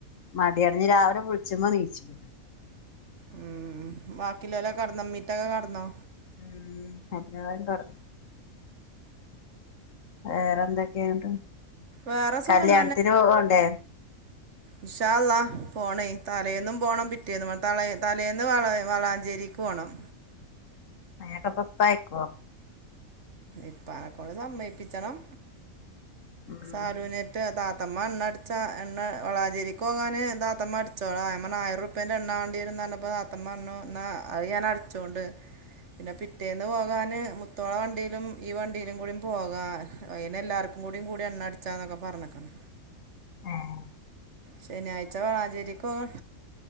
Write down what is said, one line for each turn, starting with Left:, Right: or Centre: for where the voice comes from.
Left: മടിയാണ് ഞ്ഞി രാവിലെ വുളിച്ച്മ്പോ നീച്ചില്ല.
Right: ഉം ബാക്കിലോലക്ക കടന്നോ മീറ്റൊക്കെ കടന്നോ.
Left: ഉം എല്ലാരും കടന്നു. വേറെ എന്തൊക്കെ ന്ന്ട്ട്
Right: വേറെ സുഖം
Left: കല്യാണത്തിന് പോണ്ടേ.
Right: ഇന്ഷാള്ളാ പോണേ തലേന്നും പോണം പിറ്റേ നമ്മൾ തല തലേന്ന് വള വളാഞ്ചേരിക്ക് പോകണം.
Left: അയിനൊക്കെ ഇപ്പയക്കുവോ.
Right: ഇപ്പ അനെക്കൊണ്ട് സമ്മയിപ്പിച്ചണം
Left: ഉം
Right: സാരുനെ. താത്തമ്മ എണ്ണ അടിച്ച എണ വളാചേരിക്ക് പോകാന് താത്തമ്മ അടിച്ചോള ഞാംപർഞ്ഞു ആയിരം ഇപ്പ എണ്ണവാണ്ടിയേരും പറഞ്ഞപ്പ താത്തമ്മ പറഞ്ഞു എന്നാ അഹ് ഞാൻ അടിച്ചോണ്ട്. പിന്നെ പിറ്റേന്ന് പോകാന് മുത്തോള വണ്ടി. ഈ വണ്ടിയിലും കൂടി പോക അയില് എല്ലാർക്കും കൂടി എണ്ണടിച്ചാന്നൊക്കെ പറഞ്ഞക്കാണ്.
Left: ആഹ്.
Right: ശനിയാഴ്ച വളാഞ്ചേരി ക്കോക